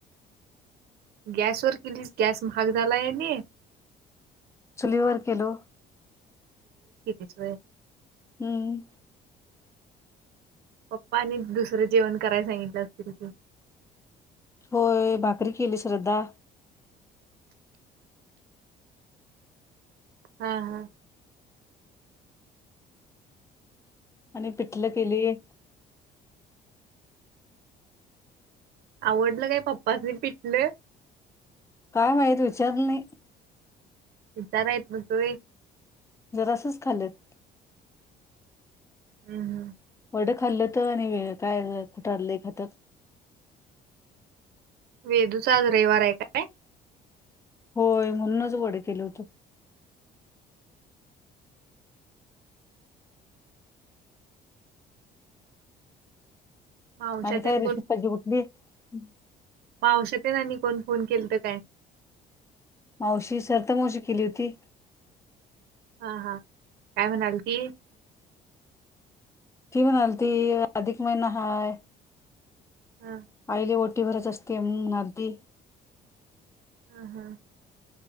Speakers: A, on the right; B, on the left.
A: गॅसवरर केलीस गॅस महाग झालाय आणि
B: चुलीवर केलो
A: पिथ आहे
B: हम्म
A: पप्पाने दुसरं जेवण करायला सांगितलं असतील की
B: होय भाकरी केली श्रद्धा
A: हा हा
B: आणि पिठल केलीय
A: आवडलं काय पप्पाासनी पिटलं
B: काय माहित विचारलो नाही
A: इ तरायत बटु
B: जरासच खालेत
A: हम्म हम्म
B: एडं खाल्लं तर आणि काय तर लय खात्यात
A: वेदू चा आज रविवार आहे काय
B: होय म्हणूनच वड केलं होत
A: मावशातेन
B: आणि काय रेसप पाहिजे कूठली हम्
A: मावश्या तेन आणि कोण फोन केलंत काय
B: मावशी सरिता मावशी केली होती
A: हां. काय म्हणाल ती?
B: कि म्हणाल ती अधिक महिना हाय <unintelligible>
A: हा
B: ती भरायची असते अम अर्धी
A: हा हा.